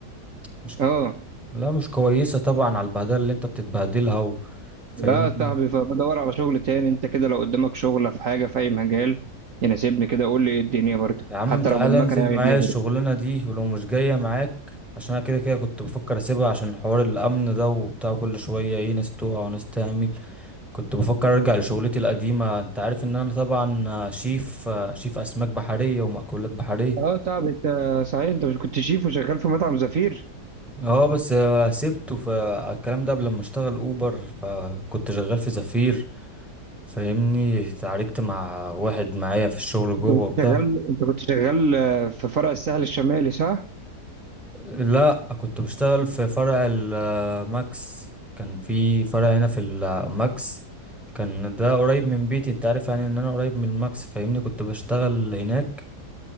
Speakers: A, in the centre; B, on the right.
A: مش كو...
B: اه
A: لا مش كويسة طبعا على البهدلة اللي انت بتتبهدلها و... فاهمني
B: لا يا صاحبي فبدور على شغل تاني انت كده لو قدامك شغلة في حاجة في اي مجال يناسبني كده قول لي ايه الدنيا برضه
A: يا عم
B: حتى
A: تعالى
B: لو بالمكنة
A: انزل
B: يعني
A: معايا
B: دليفري
A: الشغلانة دي ولو مش جاية معاك عشان انا كده كده كنت بفكر اسيبها عشان حوار الامن ده وبتاع كل شوية ايه ناس تقع وناس تعمل كنت بفكر ارجع لشغلتي القديمة انت عارف ان انا طبعا شيف شيف اسماك بحرية ومأكولات بحرية
B: اه صاحبي انت صحيح انت مش كنت شيف وشغال في مطعم زفير
A: اه بس سبته فالكلام ده قبل ما اشتغل اوبر فكنت شغال في زفير فاهمني اتعاركت مع واحد معايا في الشغل
B: انت
A: جوه
B: كنت
A: وبتاع
B: شغال انت كنت شغال آه، في فرع الساحل الشمالي صح؟
A: لا كنت بشتغل في فرع الماكس كان في فرع هنا في الماكس كان ده قريب من بيتي انت عارف يعني ان انا قريب من الماكس فاهمني كنت بشتغل هناك